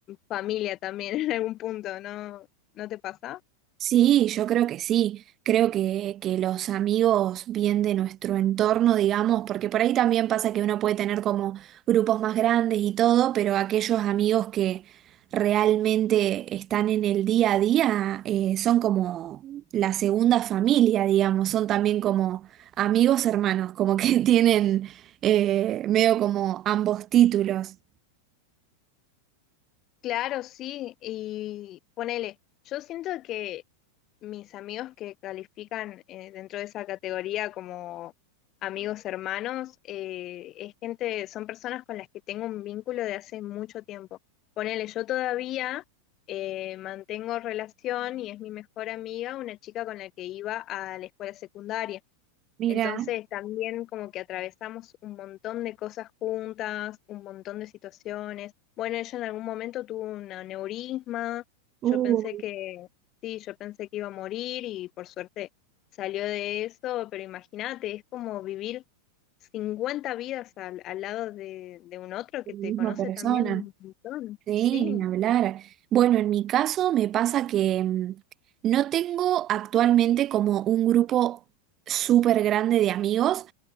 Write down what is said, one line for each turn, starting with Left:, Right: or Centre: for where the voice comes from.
Left: familia también <laughs> en algún punto, ¿no? ¿No te pasa?
Right: Sí, yo creo que sí. Creo que, que los amigos bien de nuestro entorno, digamos, porque por ahí también pasa que uno puede tener como grupos más grandes y todo, pero aquellos amigos que realmente están en el día a día eh, son como la segunda familia, digamos, son también como amigos hermanos, como que <laughs> tienen eh, medio como ambos títulos.
Left: Claro, sí, y ponele, yo siento que mis amigos que califican eh, dentro de esa categoría como amigos hermanos, eh, es gente, son personas con las que tengo un vínculo de hace mucho tiempo. Ponele, yo todavía eh, mantengo relación y es mi mejor amiga, una chica con la que iba a la escuela secundaria.
Right: Mira,
Left: Entonces también como que atravesamos un montón de cosas juntas, un montón de situaciones. Bueno, ella en algún momento tuvo un aneurisma,
Right: uy,
Left: yo pensé que, sí, yo pensé que iba a morir y por suerte salió de eso, pero imagínate, es como vivir 50 vidas al, al lado de, de un otro
Right: la
Left: que te
Right: misma
Left: conoce
Right: persona.
Left: también un montón,
Right: Sí,
Left: sí.
Right: ni hablar. Bueno, en mi caso me pasa que mm, no tengo actualmente como un grupo súper grande de amigos.